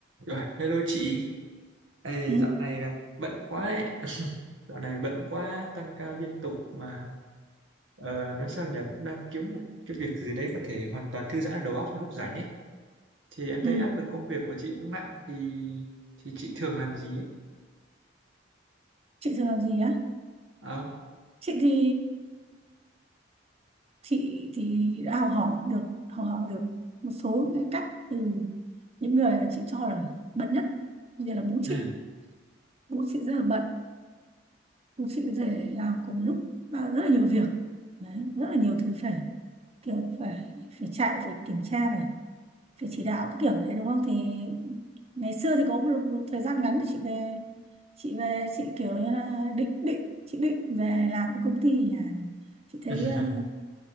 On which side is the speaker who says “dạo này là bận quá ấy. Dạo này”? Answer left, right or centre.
Right